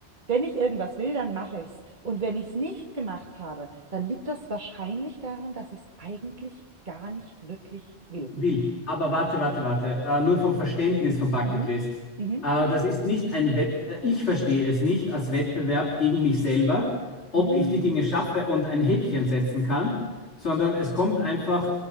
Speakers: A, on the right; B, on the left.
A: wenn ich irgendwas will, dann mache ich's. Und wenn ich es nicht gemacht habe, dann liegt das wahrscheinlich daran, dass ich es eigentlich gar nicht wirklich will.
B: Will. Aber warte, warte, warte. Äh, nur vom Verständnis von Bucketlist.
A: Mhm. Mhm.
B: Äh, das ist nicht ein Wett, äh, ich verstehe es nicht als Wettbewerb gegen mich selber, ob
A: Mhm.
B: ich die Dinge schaffe und ein Häkchen setzen kann, sondern es kommt einfach,